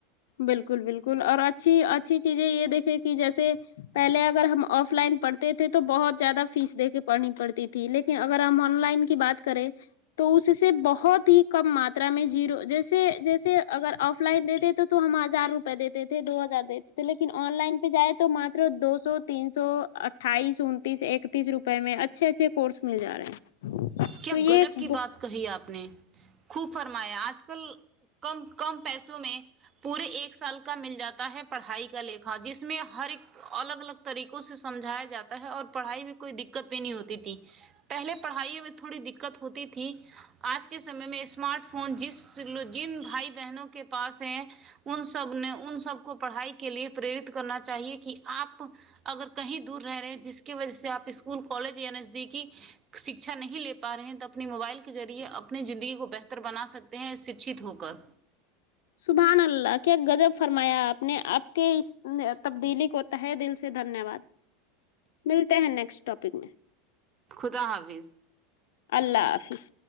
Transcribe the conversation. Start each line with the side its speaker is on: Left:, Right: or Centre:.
Left: بالکل بالکل اور اچھی اچھی چیزیں یہ دیکھیں کہ جیسے پہلے اگر ہم آف لائن پڑھتے تھے تو بہت زیادہ فیس دے کے پڑھنی پڑتی تھی لیکن اگر ہم آن لائن کی بات کریں تو اس سے بہت ہی کم ماترا میں جیرو جیسے جیسے اگر آف لائن دیتے تو ہم ہزار روپئے دیتے تھے دو ہزار دیتے تھے لیکن آن لائن پہ جائے تو ماتر دو سو تین سو اٹھ اٹھائیس انتیس اکتیس روپے میں اچھے اچھے کورس مل جا رہے ہیں
Right: کیا
Left: تو یہ
Right: گجب
Left: ایک
Right: کی
Left: بہت-
Right: بات کہی آپ نے خوب فرمایا آج کل کم کم پیسوں میں پورے ایک سال کا مل جاتا ہے پڑھائی کا لیکھا جس میں ہر ایک الگ الگ طریقوں سے سمجھایا جاتا ہے اور پڑھائی میں کوئی دقت بھی نہیں ہوتی تھی پہلے پڑھائی میں تھوڑی دقت ہوتی تھی آج کے سمے میں اسمارٹ فون جس جن بھائی بہنوں کے پاس ہیں ان سب نے ان سب کو پڑھائی کے لیے پریرت کرنا چاہیے کہ آپ اگر کہیں دور رہ رہے ہیں جس کی وجہ سے آپ اسکول کالج یا نزدیکی شکھا نہیں لے پ پا رہے ہیں تو اپنی موبائل کے ذریعے اپنی زندگی کو بہتر بنا سکتے ہیں شکھت ہو کر
Left: سبحان اللہ کیا غذب فرمایا آپ نے آپ کے اس تبدیلی کو تہ دل سے دھنیہ واد ملتے ہیں نیکسٹ ٹاپک میں
Right: خدا حافظ
Left: اللہ حافظ